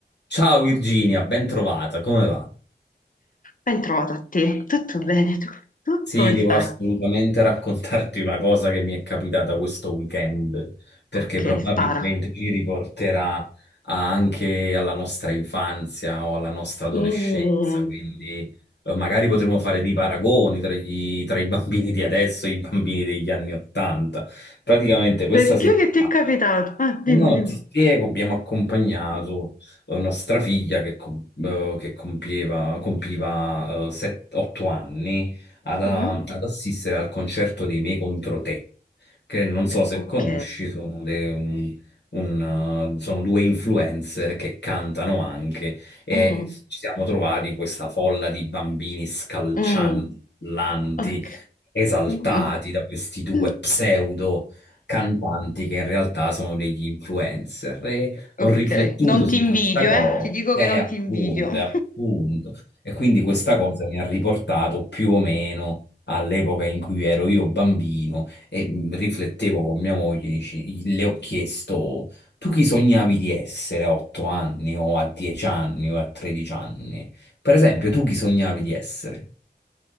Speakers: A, on the left (about 80°); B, on the left (about 50°).
A: Ciao Virginia, ben trovata, come va?
B: Ben trovata a te, tutto bene? Tu, tu
A: Sì,
B: come
A: devo
B: stai?
A: assolutamente raccontarti una cosa che mi è capitata questo weekend, perché
B: Ok,
A: probabilmente
B: spara.
A: ci riporterà a- anche alla nostra infanzia o alla nostra adolescenza,
B: Mm,
A: quindi eh, magari potremo fare dei paragoni tra, gli- tra i bambini di adesso e i bambini degli anni Ottanta. Praticamente questa
B: Perché
A: settimana.
B: che ti è capitato? Ah, dimmi,
A: Eh no,
B: dimmi.
A: ti spiego, abbiamo accompagnato eh, nostra figlia che, com- eh, che compieva, compiva 8 anni ad, eh,
B: Mhm.
A: ad assistere al concerto dei Me contro Te, che non so se
B: Ok.
A: conosci, sono, de- un- un, eh, sono due influencer che cantano anche e
B: Mm,
A: ci siamo trovati in questa folla di bambini scalcianti,
B: mm,
A: urlanti,
B: Ok.
A: esaltati
B: Mm,
A: da questi due
B: mm.
A: pseudo cantanti che in realtà sono degli influencer e
B: Ok,
A: ho riflettuto
B: non
A: su
B: ti invidio,
A: questa cosa,
B: eh? Ti dico
A: e
B: che non
A: appunto,
B: ti invidio. <laughs>
A: e appunto, e quindi questa cosa mi ha riportato più o meno all'epoca in cui ero io bambino e mh, riflettevo con mia moglie, dici- le ho chiesto, tu chi sognavi di essere a 8 anni o a 10 anni o a 13 anni? Per esempio, tu chi sognavi di essere?